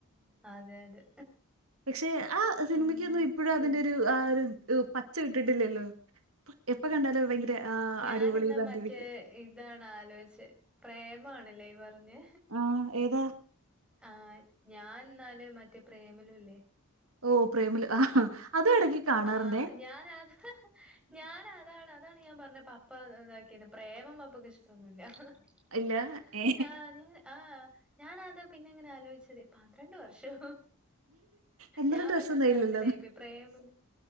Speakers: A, in the centre; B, on the right.
A: അതെ അതെ.
B: പക്ഷെ ആ സിനിമയ്ക്കൊന്നും
A: ഉം
B: ഇപ്പഴും
A: പിൻ
B: അതിന്റെ ഒരു ആ ഒരു പച്ച ഇട്ടിട്ടില്ലല്ലോ എപ്പൊ കണ്ടാല ഭയങ്കര ആ
A: ഞാനെന്നാ
B: അടിപൊളി ബന്തിതിക്ക്
A: മറ്റേ ഇതാണ് ആലോയ്ച്ച് പ്രേമാണല്ലേ ഈ പറഞ്
B: ആഹ് ഏതാ
A: ആഹ് ഞാൻന്നാല് മറ്റേ പ്രേമലുല്ലേ
B: ഓഹ് പ്രേമലു അത് ഇടക്ക് കാണാറുണ്ടേ
A: ആഹ് ഞാനാത് ഞാനാ അതാണ് അതാണ് ഞാൻ പറഞ്ഞ പപ്പ ഇതാക്കിയ പ്രേമം പപ്പക്ക് ഇഷ്ടൊന്നുല്ല ആഹ്
B: ഇല്ല ഏ
A: ഞാൻ ആഹ് ഞാനതാ പിന്നെ ഇങ്ങനെ ആലോയ്ച്ചത് പന്ത്രണ്ട് വർഷോ
B: എന്തരം
A: ഞാൻ
B: രസംണ്ടായില്ലല്ലോ
A: പെട്ടന്ന് അതിലായിപ്പ പ്രേമിലു